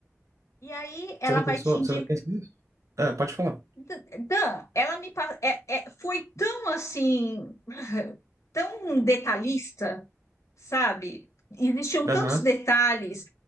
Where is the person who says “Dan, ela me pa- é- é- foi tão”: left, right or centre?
Left